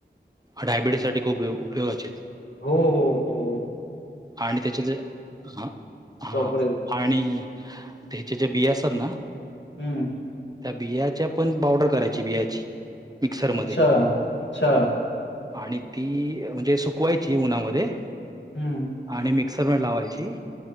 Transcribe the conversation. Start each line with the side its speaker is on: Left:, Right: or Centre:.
Right: डायबिटीस साठी खूप उपयोगाचे आहेत
Left: हो-हो-हो
Right: आणि त्याचे जे हं हा
Left: प्रॉपर आहेत
Right: आणि त्याचे जे बिया असतात ना
Left: हम्म
Right: बियाच्या त्या पण पावडर करायची बियाची मिक्सरमध्ये
Left: अच्छा- अच्छा
Right: आणि ती म्हणजे सुकवायची उन्हामध्ये
Left: हम्म
Right: आणि मिक्सर मध्ये लावायची